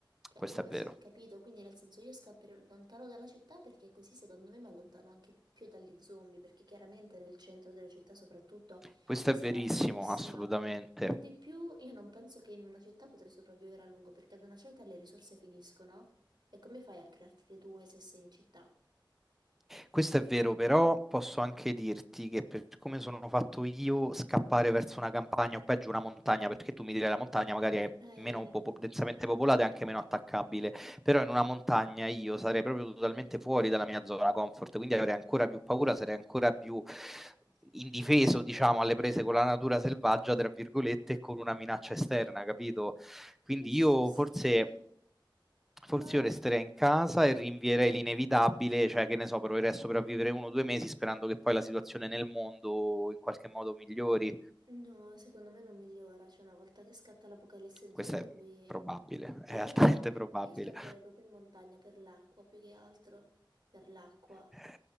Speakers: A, on the right; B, in the centre.
A: Cioè,
B: Questo
A: le persone,
B: è vero.
A: capito? Quindi nel senso io scapperò lontano dalla città perché così secondo me mi allontano anche più dagli zombie, perché chiaramente nel centro delle città soprattutto
B: Questo
A: sarà
B: è verissimo,
A: pienissima.
B: assolutamente.
A: Per di più, io non penso che in una città potrei sopravvivere a lungo, perché ad una certa le risorse finiscono. E come fai a crearti le tue se sei in città?
B: Questo è vero, però posso anche dirti che per come sono fatto io, scappare verso una campagna o peggio una montagna, perché tu mi direi la montagna magari è
A: Eh,
B: meno popo- densamente popolata e anche meno attaccabile, però in una montagna io sarei proprio totalmente fuori dalla mia zona comfort, quindi avrei ancora più paura, sarei ancora più indifeso, diciamo, alle prese con la natura selvaggia, tra virgolette, e con una minaccia esterna, capito? Quindi
A: questo
B: io
A: sì,
B: forse Forse
A: ma
B: io resterei in casa e rinvierei l'inevitabile, cioè che ne so, proverei a sopravvivere 1 o 2 mesi sperando che poi la situazione nel mondo in qualche modo migliori.
A: No, secondo me non migliora, cioè una volta che scatta l'apocalisse
B: Questo
A: zombie,
B: è probabile,
A: cioè
B: è
A: io,
B: altamente probabile.
A: io scapperei proprio in montagna per l'acqua, più che altro, per l'acqua,
B: Eh,